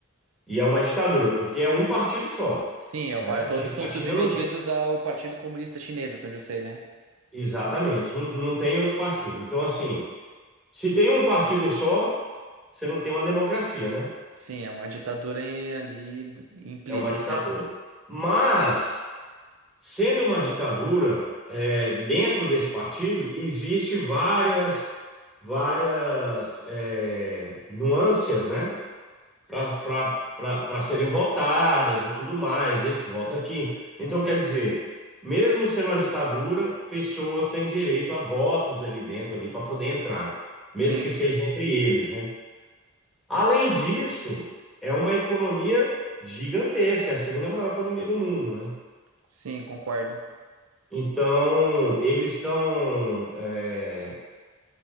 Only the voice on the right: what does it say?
Sim, é
o par-
todos
são
submetidos
ao Partido Comunista Chinês, até onde eu sei, né?
Sim, é uma ditadura em- ali b- implícita,
né?
S-
Sim,
sim, concordo.